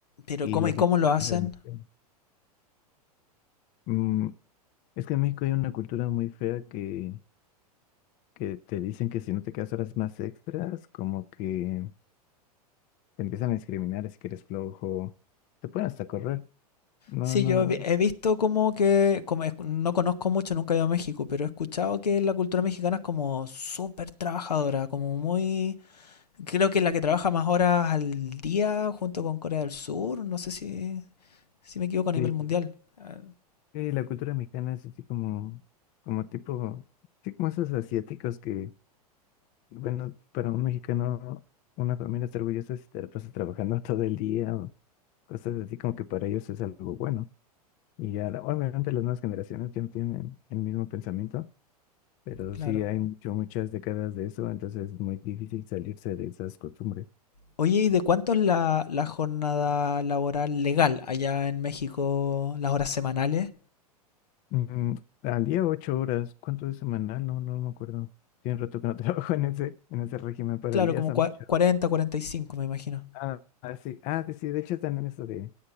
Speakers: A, on the left; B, on the left.
A: Pero
B: y
A: cómo
B: la
A: y
B: gente
A: cómo lo
B: trabaja
A: hacen,
B: demasiado. Mm, es que en México hay una cultura muy fea que, que te dicen que si no te quedas horas más extras, como que Te empiezan a discriminar si que eres flojo. Te pueden hasta correr. No,
A: Sí,
B: no,
A: yo vi- he visto como que, como es- no conozco mucho, nunca he ido a México, pero he escuchado que la cultura mexicana es como súper trabajadora, como muy, creo que es la que trabaja más horas al día junto con Corea del Sur, no sé si, si me equivoco a nivel
B: sí.
A: mundial. Ah,
B: Sí, la cultura mexicana es así como, como tipo, sí, como esos asiáticos que, bueno, para un mexicano, una familia está orgullosa si te la pasas trabajando <laughs> todo el día o cosas así como que para ellos es algo bueno. Y ya, la- obviamente las nuevas generaciones ya no tienen el mismo pensamiento, pero
A: claro.
B: sí hay mucho, muchas décadas de eso, entonces es muy difícil salirse de esas costumbres.
A: Oye, ¿y de cuánto es la, la jornada laboral legal allá en México, las horas semanales?
B: Mm, al día ocho horas, ¿cuánto es semanal? No, no me acuerdo. Tiene rato que no <laughs> trabajo en ese, en ese régimen, pero
A: Claro,
B: al día
A: como
B: son
A: cua-
B: ocho
A: cuarenta,
B: horas.
A: cuarenta y cinco, me imagino.
B: Ah, ah, sí, ah, sí, sí, de hecho están en eso de,